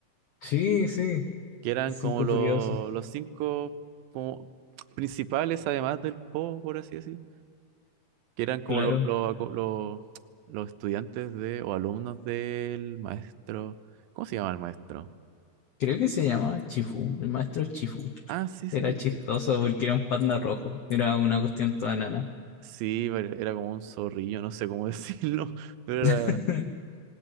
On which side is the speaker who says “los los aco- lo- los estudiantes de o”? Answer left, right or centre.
Right